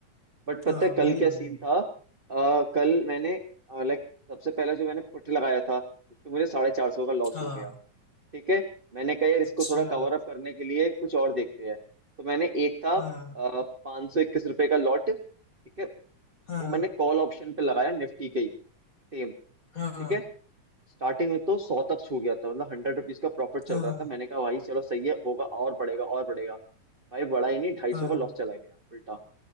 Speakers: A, on the right; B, on the left.
A: बट पता
B: हाँ
A: है कल
B: वही
A: क्या
B: है वही
A: सीन
B: है
A: था अ, कल मैंने लाइक सबसे पहले जो मैंने पुट लगाया था जिसमें मुझे साढ़े चार सौ का लॉस
B: हाँ
A: हो गया ठीक है मैंने कहा यार इसको
B: अच्छा
A: थोड़ा कवर अप करने के लिए कुछ और देखते हैं तो मैंने एक था
B: हाँ
A: पाँच सौ इक्कीस रुपए का लॉट ठीक है
B: हाँ
A: वो मैंने कॉल ऑप्शन पे लगाया निफ्टी के ही सेम
B: हाँ
A: ठीक है स्टार्टिंग में तो सौ तक छू गया था मतलब हंड्रेड रुपीज का प्रॉफिट
B: हाँ
A: चल रहा था मैंने कहा भाई चलो सही है होगा और बढ़ेगा और बढ़ेगा भाई बड़ा ही नहीं ढाई
B: हाँ
A: सौ का लॉस चला गया उल्टा